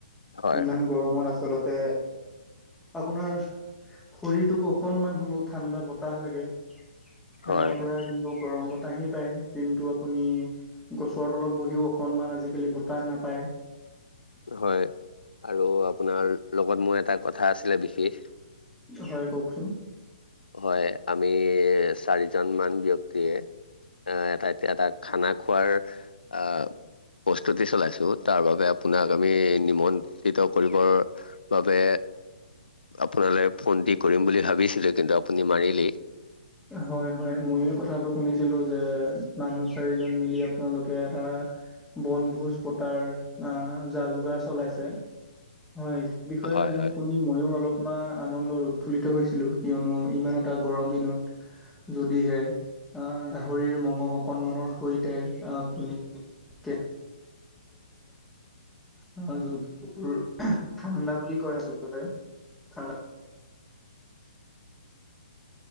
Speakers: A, on the left (about 80°); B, in the centre.
A: হয়,
B: ইমান
A: হয়,
B: গৰমত আচলতে আপোনাৰ শৰীৰটোক অকনমান হ'লেও ঠাণ্ডা বতাহ লাগে। ফেনৰ
A: হয়,
B: পৰা
A: হয়,
B: কিন্তু গৰম বতাহ বতাহেই পায় কিন্তু আপুনি গছৰ তলত বহিও অকণমান আজিকালি বতাহ নাপায়।
A: হয় আৰু আপোনাৰ লগত মোৰ এটা কথা আছিলে বিশেষ।
B: হয় কওকচোন
A: হয় আমি চাৰিজন মান ব্যক্তিয়েই আহ এটা এতিয়া এটা খানা খোৱাৰ আহ প্ৰস্তুতি চলাইছো তাৰ বাবে আপোনাক আমি নিমন্ত্ৰিত কৰিবৰ বাবে আপোনালৈ ফোনটি কৰিম বুলি ভাবিছিলো কিন্তু আপুনি মাৰিলেই।
B: হয় হয় ময়ো কথাটো শুনিছিলো যে মানুহ চাৰিজন মিলি আপোনালোকে এটা বনভোজ পতাৰ যা যোগাৰ চলাইছে হয়। বিষয়ে
A: হয়,
B: মইয়ো
A: হয়।
B: শুনি মইয়ো অলপমান আনন্দত উৎফুল্লিত হৈছিলোঁ কিয়নো ইমান এটা গৰম দিনত যদিহে আহ গাহৰিৰ মঙহ অকনমানৰ সৈতে আহ পুনি <inaudible> মোৰ ঠাণ্ডা বুলি কয় আচলতে ঠাণ্ডা।